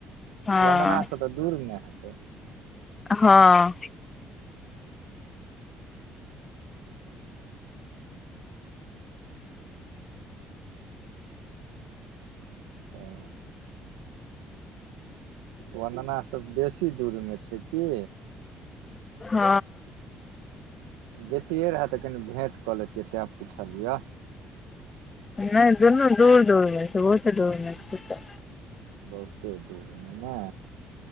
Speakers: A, on the left (about 30°); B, on the right (about 85°).
A: हँ
B: वन्दना से तऽ दूर ने हेतै?
A: हँ।
B: ह वंदना सब बेसी दूर मे छै की?
A: हँ।
B: जैतियै रहे त कनि भेँट कऽ लेैतियै तें पूछलियऽ।
A: नै दुनू दूर - दूर मे छै बहुते दूर मे छै।
B: बहुते दूर मे ने।